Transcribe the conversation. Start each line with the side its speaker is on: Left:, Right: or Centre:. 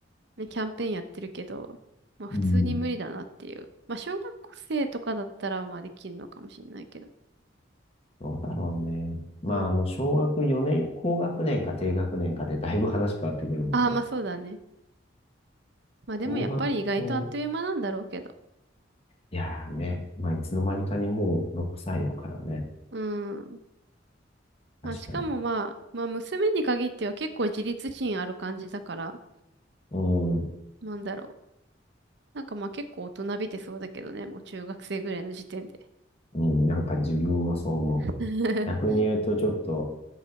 Right: ね、キャンペーンやってるけど、まあ普通に無理だなっていう。
Left: うん。
Right: まあ小学生とかだったらまあできるのかもしれないけど。
Left: どうだろうね。まああの、
Right: う
Left: 小学4年、高学年か低学年かでだいぶ話変わってくるもんね。
Right: ああ、まあそうだね。まあでもやっぱり意外とあっという間なんだろうけど。
Left: 小学校、いやーね、まあいつの間にかにもう6歳だからね。
Right: うん。まあしかもまあ、
Left: 確かに。
Right: まあ娘に限っては結構自立心ある感じだから、
Left: うん。
Right: なんだろう。なんかまあ結構大人びてそうだけどね、もう中学生ぐらいの時点で。
Left: うん、なんか自分もそう思う。
Right: <laughs>
Left: 逆に言うとちょっと、